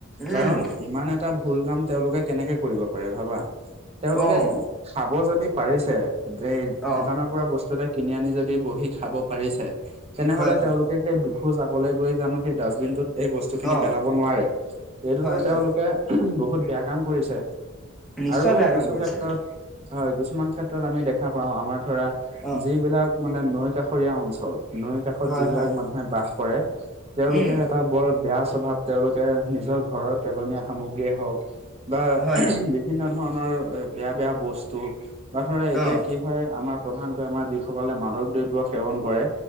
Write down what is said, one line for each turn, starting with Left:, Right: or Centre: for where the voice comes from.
Right: কাৰণ
Centre: উম
Right: ইমান এ টা ভুল কাম তেওঁলোকে কেনেকে কৰিব পাৰে ভাবা? তেওঁলোকে
Centre: অঁ
Right: খাব যদি পাৰিছে, এই
Centre: অঁ
Right: দোকানৰ বস্তু এটা কিনি আনি যদি বহি খাব পাৰিছে তেনেহলে
Centre: হয় হয়
Right: তেওঁলোক কে সেই দুখোজ আগকলে গৈ জানো সেই ডাষ্টবিনটোত এই বস্তুখিনি
Centre: অঁ
Right: পেলাব নোৱাৰে এইটোতো
Centre: হয় হয়
Right: তেওঁলোকে উহুম বহুত বেয়া কাম কৰিছে।
Centre: নিশ্চয়
Right: আৰু
Centre: বেয়া কাম
Right: কিছু
Centre: কৰিছে।
Right: ক্ষেত্ৰত হয় কিছুমান ক্ষেত্ৰত আমি দেখা পাও, আমাৰ ধৰা
Centre: অ',
Right: যিবিলাক মানে নৈ কাষৰীয়া অঞ্চল, নৈ কাষত
Centre: হয়,
Right: যিবিলাক
Centre: হয়।
Right: মানুহে বাস কৰে, তেওঁলোকে
Centre: উম।
Right: এটা বৰ বেয়া স্বভাৱ তেওঁলোকে নিজৰ ঘৰৰ পেলনীয়া সামগ্ৰীয়ে হওক বা
Centre: হয়,
Right: উহুম বি বিভিন্ন ধৰণৰ এ বেয়া বেয়া বস্তু বা ধৰা এতিয়া
Centre: অ'।
Right: কি হয় আমাৰ প্ৰধানকৈ আমাৰ যিসকলে মাদক দ্ৰৱ্য সেৱন কৰে